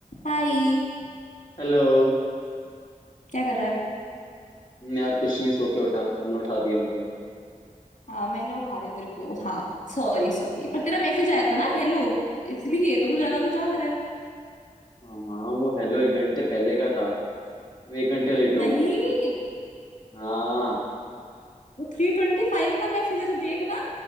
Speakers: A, on the left; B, on the left.
A: हाय
B: Hello
A: क्या कर रहा है
B: हम्म, यार कुछ नहीं सो के उठा तुमने उठा दिया मुझे
A: हाँ मैंने उठा दिया तेरे को हाँ सॉरी सॉरी पर तेरा मैसेज आया था ना हेलो इसलिए तो मुझे लगा तू जाग रहा है
B: हाँ हाँ वो हेलो एक घंटे पहले का था तुम एक घंटे लेट हो
A: नहीं
B: हाँ
A: वो थ्री ट्वेंटी फाइव का मैसेज है तू देख ना